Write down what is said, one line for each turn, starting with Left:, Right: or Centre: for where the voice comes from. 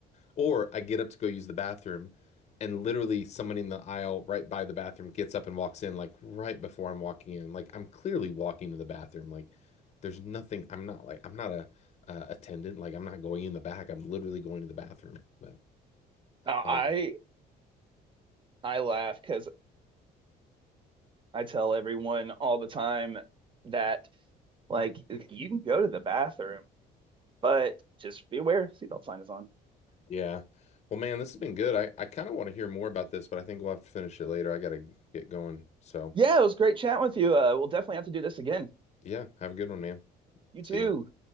Left: Or I get up to go use the bathroom, and literally someone in the aisle right by the bathroom gets up and walks in, like right before I'm walking in. Like I'm clearly walking to the bathroom. Like there's nothing. I'm not like I'm not a uh, attendant. Like I'm not going in the back. I'm literally going to the bathroom. But
Right: Now,
Left: oh
Right: I
Left: well.
Right: I laugh because I tell everyone all the time that like you can go to the bathroom, but just be aware seatbelt sign is on.
Left: Yeah. Well, man, this has been good. I, I kind of want to hear more about this, but I think we'll have to finish it later. I gotta get going. So
Right: Yeah, it was great chatting with you. Uh, we'll definitely have to do this again.
Left: yeah, have a good one, man.
Right: You too.
Left: See ya.